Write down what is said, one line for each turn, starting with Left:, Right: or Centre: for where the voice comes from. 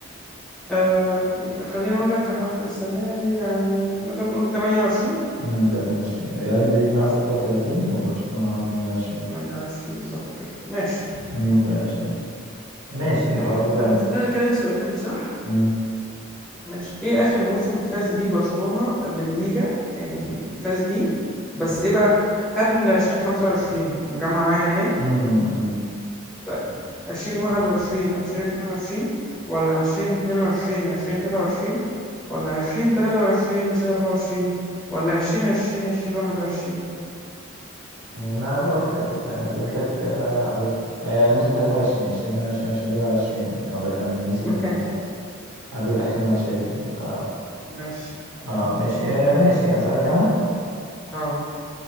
Centre: آه خليني اقول لك لحد السنة دي يعني نقدر نقول 28
Right: امم 28 ريال مدريد معاه
Centre: صح
Right: 36 وبرشلونه معاه 28
Centre: 28 بالظبط كده ماشي
Right: امم 28 ماشي
Centre: آه،
Right: خلاص اسال
Centre: هسألك
Right: انت
Centre: أنا سؤال صح؟
Right: امم
Centre: ماشي ايه اخر موسم فاز بيه برشلونة بالليجا يعني فاز بيه بس ايه بقى قبل 2025 مجمع معايا يعني ايه
Right: أمم، أمم،
Centre: طيب 2021 2022 ولا 2022 2023 ولا 2023 2024 ولا 2020 2021
Right: ما بقول لك يعني سألتك آه، عليه آه، موسم 23 2022 2023 يعني هو ده كان الموسم
Centre: <laughs>
Right: اللي قبل الأخير مع تشافي يعني ف
Centre: ماشي
Right: اه ماشي آه ماشي أسألك أنا
Centre: اه